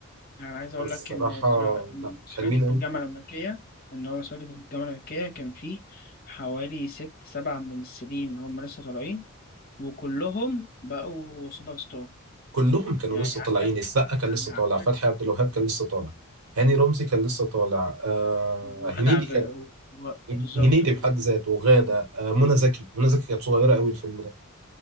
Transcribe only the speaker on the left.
يعني عايز أقول
لك
إن السع- السعودي
في
الجامعة الأمريكية إن هو سعودي في الجامعة الأمريكية كان فيه حوالي ست سبع ممثلين هم لسه طالعين وكلهم بقوا سوبر ستار
يعني
عندك
يعني
عندك
وغادة
عب...
و... بالظبط
و-